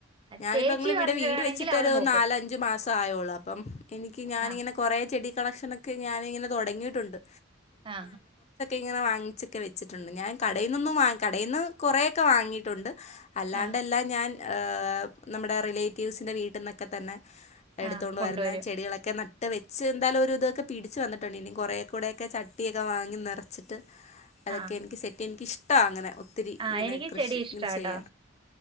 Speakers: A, on the right; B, on the left.
A: ആ,
B: ഞാനിപ്പങ്ങള്
A: ചേച്ചി
B: ഇവിടെ
A: വന്നിരുവാണെങ്കിൽ
B: വീട് വെച്ചിട്ടൊരു
A: അവള് നോക്കും
B: നാലഞ്ചു മസായ ഒള്ളു അപ്പം എനിക് ഞാനിങ്ങനെ
A: ആ
B: കൊറേ ചെടി കളക്ഷൻ ക്കെ ഞാനിങ്ങനെ തുടങ്ങിയിട്ടുണ്ട്
A: ആ
B: ഇങ്ങനെ വാങ്ങിച്ചൊക്കെ വെച്ചിട്ടുണ്ട് ഞാൻ കടേന്നൊന്നും വാ കടെന്നു കൊറേക്കെ വാങ്ങിയിട്ടുണ്ട്.
A: ആ
B: അല്ലാണ്ടെല്ലാം
A: ആ
B: ഞാൻ ങ് നമ്മടെ റിലേറ്റീവ്സിന്റെ വീട്ടീന്നൊക്കെ തന്നെ എടുത്തോണ്ട്
A: ആ കൊണ്ടുവരും
B: വരുന്ന ചെടികളൊക്കെ ന ട്ട് വെച്ച് ന്താലു ഒര് തൊക്കെ പിടിച് വന്നിട്ടുണ്ട് ഇനിം കുറേ കൂടെക്കെ ചട്ടിക്കെ വാങ്ങി നെറച്ചിട്ട് അതൊക്കെ
A: ആ
B: എനിക്ക് സെറ്റ് എനികിഷ്ട്ട അങ്ങനെ ഒത്തിരി
A: ആ
B: ഇങ്ങനെ
A: എനിക്ക്
B: കൃഷി
A: ചെടി ഇഷ്ടാട്ടോ
B: ഇങ്ങനെ ചെയ്യാ